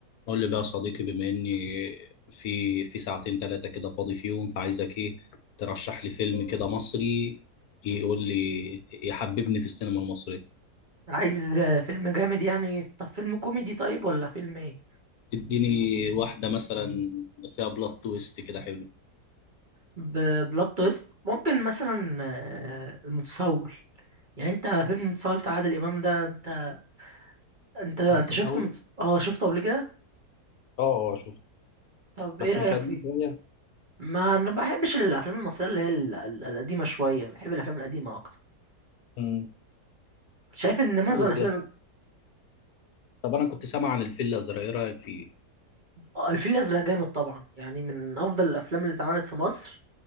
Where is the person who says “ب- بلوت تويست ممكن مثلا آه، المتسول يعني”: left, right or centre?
Right